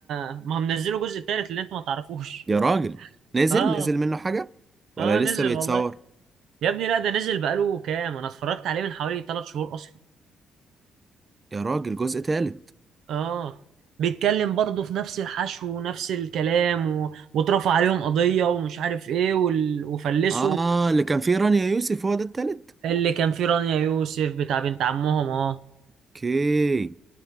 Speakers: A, on the right; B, on the right.
A: آه، ما هم نزلوا جزء التالت اللي انتوا ما تعرفوش
B: يا راجل نزل
A: اه
B: نزل منه حاجة ولا
A: اه
B: لسه
A: نزل
B: بيتصور
A: والله يا ابني لا ده نزل بقاله كام انا اتفرجت عليه من حوالي ثلاث شهور اصلا
B: يا راجل جزء تالت
A: اه بيتكلم برضه في نفس الحشو ونفس الكلام و... واترفع عليهم قضية ومش عارف ايه وال... وفلسوا
B: اه اللي كان فيه رانيا يوسف هو ده التالت
A: اللي كان فيه رانيا يوسف بتاع بنت عمهم اه
B: اوكي